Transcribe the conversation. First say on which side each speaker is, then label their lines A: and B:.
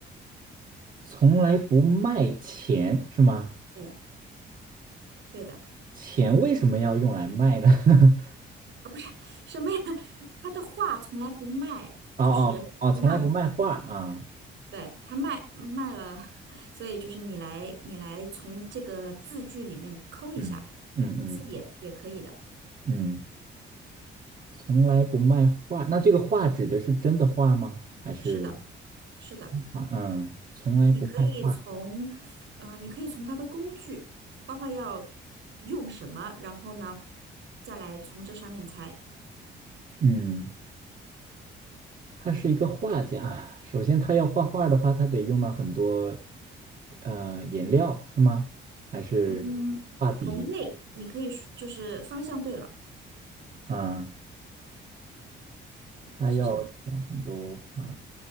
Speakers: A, on the right; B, on the right.
A: 从来不卖钱是吗？
B: 对，对的，
A: 钱为什么要用来卖呢？<laughs>
B: 啊，不是什么呀？<laughs> 他的画从来不卖，
A: 哦哦哦，
B: 就是不卖钱。
A: 从来不卖画啊，
B: 对，他卖卖了，<laughs> 所以就是你来，你来从这个字句里面抠一下
A: 嗯嗯嗯
B: 字眼也可以的。
A: 嗯，从来不卖画。那这个画指的是真的画吗？还是
B: 是的，是的。
A: 画？嗯，从来不卖画。
B: 你可以从，呃，你可以从它的工具，画画要用什么，然后呢，再来从这上面猜。
A: 嗯，他是一个画家。首先，他要画画的话，他得用到很多呃颜料，是吗？还是画笔
B: 嗯，同类，你可以说就是方向对了，
A: 啊？他要用很多啊，
B: 是什么？